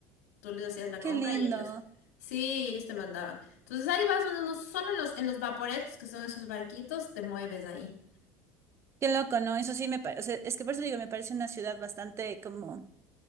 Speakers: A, on the left; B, on the right.
A: Tú les hacías la
B: qué
A: compra
B: lindo,
A: y ellos, sí, ellos te mandaban. Entonces ahí vas, uno, no- no, solo en los, en los vaporetos, que son esos barquitos, te mueves ahí.
B: qué loco, ¿no? Eso sí me parece, es que por eso digo, me parece una ciudad bastante como